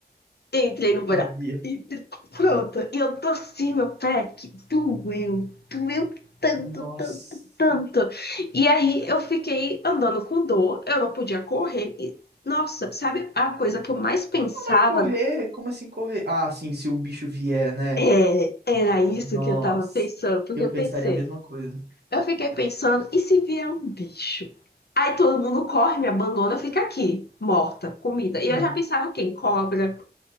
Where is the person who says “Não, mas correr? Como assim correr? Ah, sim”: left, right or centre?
Right